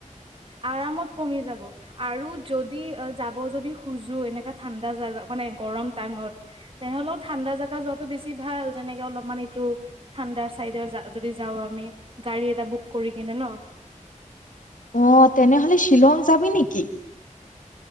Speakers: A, on the right (about 40°); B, on the left (about 75°).
A: আৰামত কমি যাব আৰু যদি যাব যদি খুজো এনেকা ঠাণ্ডা জাগা মানে গৰম টাইমত তেনেহ'লেও ঠাণ্ডা জাগা যোৱাাতটো বেছি ভাল যেনেকে অলপমান এইটো ঠাণ্ডাৰ চাইডত য যাওঁ আমি গাড়ী এটা বুক কৰি কিনে ন
B: অ তেনেহ'লে শ্বিলং যাবি নেকি